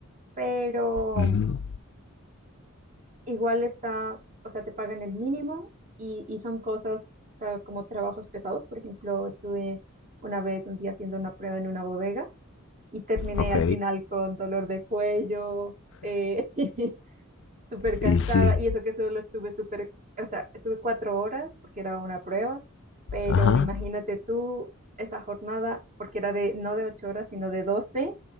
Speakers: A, on the right; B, on the left.
A: pero
B: Ujú.
A: igual está, o sea, te pagan el mínimo y, y son cosas, o sea, como trabajos pesados. Por ejemplo, estuve una vez un día haciendo una prueba en una bodega y terminé
B: Ok.
A: al final con dolor de cuello. eh, <laughs> súper cansada
B: Y sí.
A: y eso que solo estuve súper, o sea, estuve cuatro horas porque era una prueba, pero
B: Ajá.
A: imagínate tú esa jornada porque era de no de ocho horas, sino de doce